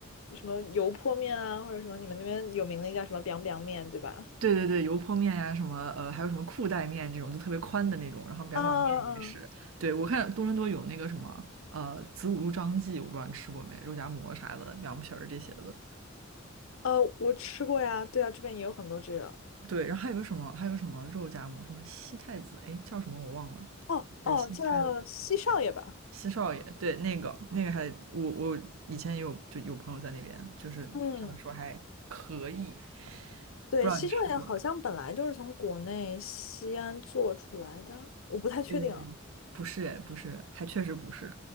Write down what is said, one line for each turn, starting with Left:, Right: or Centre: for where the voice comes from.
Left: 什么油泼面啊，或者什么你们那边有名的叫什么 biang biang 面，对吧？
Right: 对对对，油泼面呀、什么呃，还有什么裤带面这种，就特别宽的那种，然后表表面也是。
Left: 啊啊啊！嗯
Right: 对，我看多伦多有那个什么呃子午路张记，我不知道你吃过没，肉夹馍啥的，凉皮儿这些的。
Left: 呃，我吃过呀，对啊，这边也有很多这个。
Right: 对，然后还有个什么，还有个什么肉夹馍，什么西太子，哎，叫什么我忘了，
Left: 哦哦，
Right: 也是新开的。
Left: 叫西少爷吧。
Right: 西少爷，对，那个那个还我我以前也有就有朋友在那边，就是他们说还可以，
Left: 嗯，对，
Right: 不知道你吃过？
Left: 西少爷好像本来就是从国内西安做出来的，我不太确定。
Right: 呃，不是哎，不是，还确实不是。